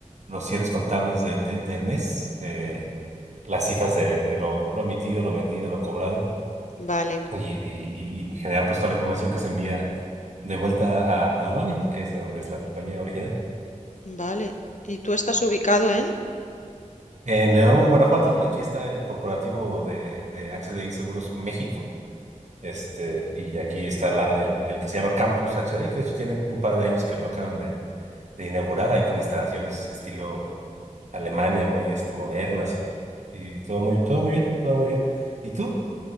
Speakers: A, on the right; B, on the left.
A: los cierres contables del de- del mes, eh, las cifras de, de lo, lo emitido, lo vendido, lo cobrado
B: vale,
A: y, y, y genera pues toda la información que se envía de vuelta a Albania, que es de donde es la compañía original.
B: vale. ¿Y tú estás ubicado en?
A: En León, Guanajuato, aquí está el corporativo de, de H D I Seguros México Este, y aquí está la, el, el que se llama Campus H D que de hecho tiene un par de años que lo acaban de, de inaugurar ahí con instalaciones estilo Alemania, muy este, modernas y, y todo muy, todo muy bien, todo muy bien. ¿Y tú?